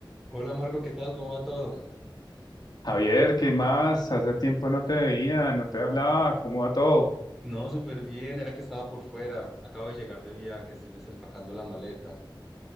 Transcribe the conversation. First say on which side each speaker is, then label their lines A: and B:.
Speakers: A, in the centre; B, on the left (about 50°).
A: Hola Marco, ¿qué tal? ¿Cómo va todo?
B: Javier, ¿qué más? Hace tiempo no te veía, no te hablaba, ¿cómo va todo?
A: No, súper bien, era que estaba por fuera, acabo de llegar de viaje, estoy desempacando la maleta.